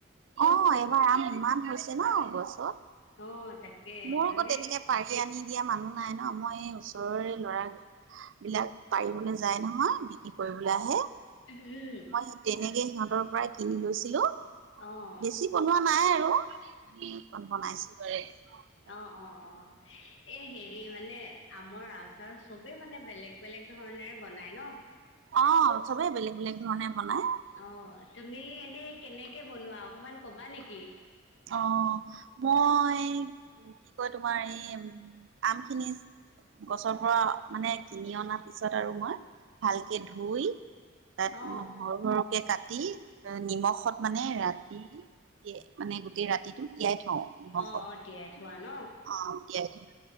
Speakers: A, on the right; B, on the left.
A: অঁ এইবাৰ আম ইমান হৈছে ন গছত।
B: অঁ তাকে
A: মোৰ অক
B: মানে
A: তেনেকে পাৰি আনি দিয়া মানুহ নাই ন মই এই ওচৰৰে ল'ৰা বিলাক পাৰিবলৈ যায় নহয় বিক্ৰী কৰিব ওলাই আহে,
B: উম
A: মই তেনেকে সিহঁতৰ পৰাই কিনি লৈছিলোঁ।
B: অঁ
A: বেছি বনোৱা নাই আৰু অকণ বনাইছো।
B: অঁ অঁ অঁ এই হেৰি মানে আমৰ আচাৰ চবেই মানে বেলেগ বেলেগ ধৰণেৰে বনায় নহ!
A: অঁ চবে বেলেগ বেলেগ ধৰণে বনাই।
B: অঁ তুমি এনেই কেনেকে বনোৱা অকনমান কবা নেকি?
A: অঁ মই কি কয় তোমাৰ এই আম খিনি গছৰ পৰা মানে কিনি অনাৰ পিছত আৰু মই ভালকে ধুই তাত
B: অ
A: উ সৰু সৰুকে কাটি নিমখত মানে ৰাতি মানে গোটেই ৰাতিটো তিয়াই থওঁ নিমখত
B: অ অ তিয়াই থোৱা ন
A: অঁ তিয়াই থওঁ।